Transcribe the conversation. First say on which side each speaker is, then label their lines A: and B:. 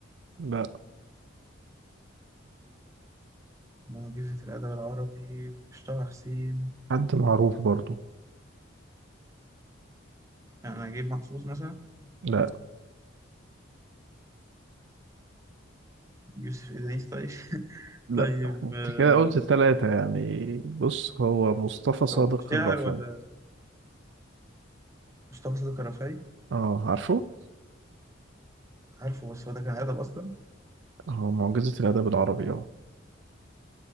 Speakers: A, on the right; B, on the right.
A: لا
B: معجزة الأدب العربي مش طه حسين
A: حد معروف برضو
B: أنا أجيب محفوظ مثلا
A: لا
B: يوسف إدريس طيب <laughs>
A: لا
B: طيب
A: انت
B: آه،
A: كده قلت التلاتة يعني بص هو مصطفى صادق
B: أو شاعر
A: الرفعي
B: ولا مصطفى صدق الرفاعي
A: اه عارفه؟
B: عارفه بس هو ده كان أدب أصلا
A: هو معجزة الأدب العربي اه